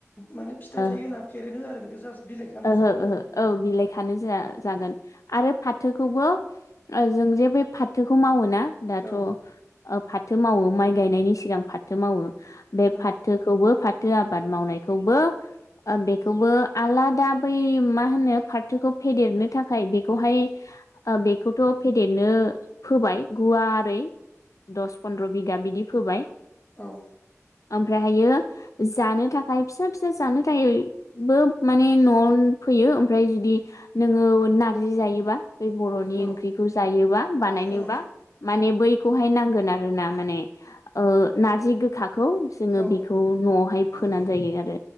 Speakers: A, on the left (about 35°); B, on the left (about 80°).
A: माने फिथाइ
B: ओ
A: थायोगोन ना फेरेनो आरो बेखौ जास्ट बिलाइखो आन्था
B: ओहो
A: जागोन
B: ओहो
A: आरो
B: औ बिलाइ खानो जा
A: औ
B: जागोन
A: औ
B: आरो फाथोखौबो ओ जों जे बे फाथोखौ मावोना दाथ
A: औ
B: ओ फाथो मावो माइ गायनायनि सिगां फाथो मावो बे
A: औ
B: फाथोखौबो फाथ थो आबाद मावनायखौबो बेखौबो आलादा बै मा होनो फाथोखौ फेदेरनो थाखाय बेखौहाय ओ बेखौथ फेदेरनो फोबाय गुवारै दस फन्द्र बिगा बिदि फोबाय
A: औ
B: ओमफ्रायहायो जानो थाखाय फिसा फिसा जानो थाखायबो माने नआव फैयो ओमफ्राय जुदि नोङोव नारजि जायोबा बे बरनि
A: औ
B: ओंख्रिखौ जायोबा बानायनोबा
A: औ
B: माने बै खौहाय नांगोन आरोना माने नारजि गोखाखौ जोंङो
A: औ
B: बेखौ नआवहाय हाय फोनानै
A: नंगौ
B: जायो आरो